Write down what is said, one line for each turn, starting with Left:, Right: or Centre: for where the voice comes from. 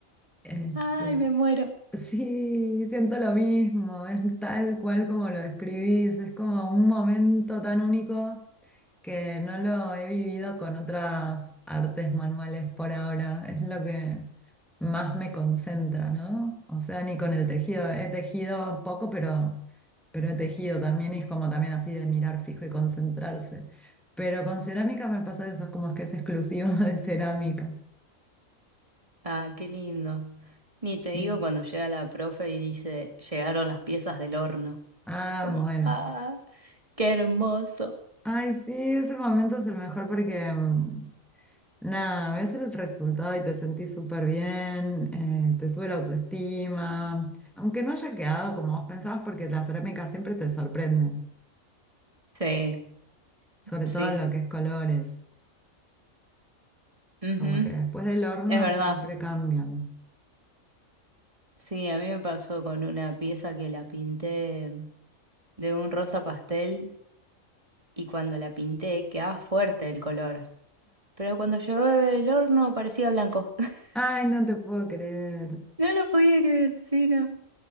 Centre: Este,
Right: Ay, me muero.
Centre: sí, siento lo mismo, es tal cual como lo describís, es como un momento tan único que no lo he vivido con otras artes manuales por ahora. Es lo que más me concentra, ¿no? O sea, ni con el tejido. He tejido poco, pero, pero he tejido también y es como también así de mirar fijo y concentrarse. Pero con cerámica me pasa eso, es como que es exclusivo <laughs> de cerámica.
Right: Ah, qué lindo. Ni
Centre: Sí.
Right: te digo cuando llega la profe y dice, llegaron las piezas del horno.
Centre: Ah,
Right: Como,
Centre: bueno.
Right: ah, qué hermoso.
Centre: Ay, sí, ese momento es el mejor porque mm, Nada, ves el resultado y te sentís súper bien, eh, te sube la autoestima, aunque no haya quedado como vos pensabas, porque la cerámica siempre te sorprende,
Right: Sí,
Centre: sobre
Right: sí.
Centre: todo en lo que es colores,
Right: Ujú,
Centre: como que después del horno
Right: Es verdad.
Centre: siempre cambian.
Right: Sí, a mí me pasó con una pieza que la pinté de un rosa pastel y cuando la pinté quedaba fuerte el color. Pero cuando llegó del horno parecía blanco. <laughs>
Centre: Ay, no te puedo creer.
Right: No lo podía creer, sí, no.